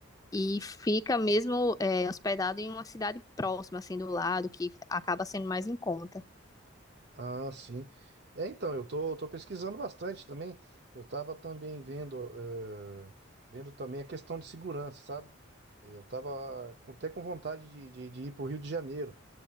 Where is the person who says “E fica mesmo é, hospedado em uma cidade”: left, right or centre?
Left